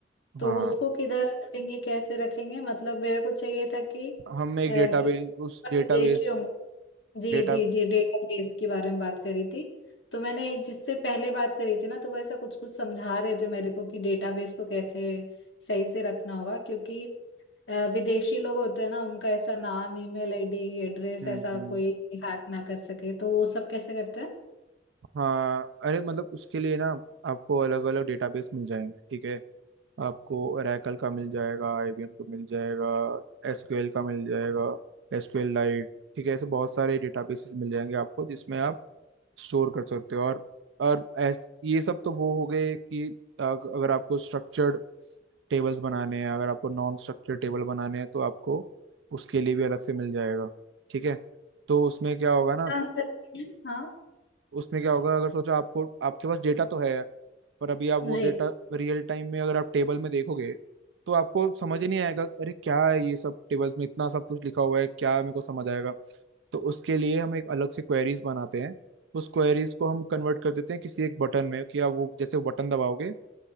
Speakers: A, on the left (about 75°); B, on the right (about 70°).
A: तो
B: हाँ
A: उसको किधर रखेंगे कैसे रखेंगे मतलब मेरे को चाहिए था कि
B: हम एक
A: अ, कि
B: डेटाबेस उस
A: विदेशी
B: डेटाबेस
A: होंगे जी
B: डेटा
A: जी जी डेटाबेस के बारे में बात करी थी तो मैंने जिससे पहले बात करी थी ना तो वो ऐसा कुछ कुछ समझा रहे थे मेरे को कि डेटाबेस को कैसे सही से रखना होगा क्योंकि अ, विदेशी लोग होते हैं ना उनका ऐसा नाम ईमेल आईडी एड्रेस
B: हम्म
A: ऐसा
B: हम्म,
A: कोई हैक ना कर सके तो वो सब कैसे करते हैं
B: हाँ अरे मतलब उसके लिए ना आपको अलग अलग डेटाबेस मिल जाएंगे ठीक है आपको ओरेकल का मिल जाएगा आईबीएम का मिल जाएगा एसक्यूएल का मिल जाएगा एसक्यूएल लाइट ठीक है ऐसे बहुत सारे डेटाबेसेस मिल जाएंगे आपको जिसमें आप स्टोर कर सकते हो और और ऐस ये सब तो वो हो गए कि अग- अगर आपको स्ट्रक्चर्ड टेबल्स बनाने हैं अगर आपको नॉन स्ट्रक्चर्ड टेबल बनाने हैं तो आपको उसके लिए भी अलग से मिल जाएगा ठीक है तो उसमें क्या होगा ना
A: काम करते हैं, हाँ
B: उसमें क्या होगा अगर सोचो आपको आपके पास डेटा तो है पर अभी आप
A: जी
B: वो डेटा रियल टाइम में अगर आप टेबल में देखोगे तो आपको समझ ही नहीं आएगा अरे क्या है ये सब टेबल्स में इतना सब कुछ लिखा हुआ है क्या मेरे को समझ आएगा तो उसके लिए हम एक अलग से क्वेरीज बनाते हैं उस क्वेरीज को हम कन्वर्ट कर देते हैं किसी एक बटन में कि आप वो जैसे वो बटन दबाओगे